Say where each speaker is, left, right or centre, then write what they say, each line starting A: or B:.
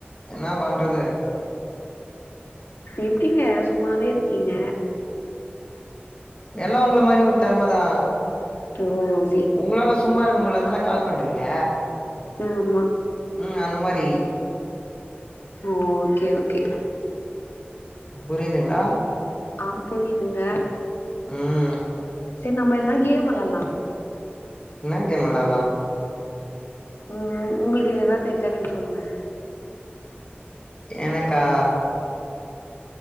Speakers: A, on the left (about 25°); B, on the left (about 70°).
A: என்ன பண்றது
B: எப்டிங்க சும்மாவே இருக்கீங்க
A: எல்லா உங்கள மாரி ஒரு தெறமதா
B: ம்
A: உங்களால சும்மா இருக்க முடிலன் தான கால் பண்றிங்க
B: ஆமா
A: உம் அந்த மாரி
B: ஓ ஓகே ஓகே
A: புரியுதுங்களா
B: ஆ புரியுதுங்க
A: ம்
B: செர் நம்ம எதனா கேம் வெளாட்லா
A: என்ன கேம் வெளாடலா
B: உம் உங்களுக்கு எதுதா தெஞ்சா நீங்க சொல்லுங்க
A: எனக்கா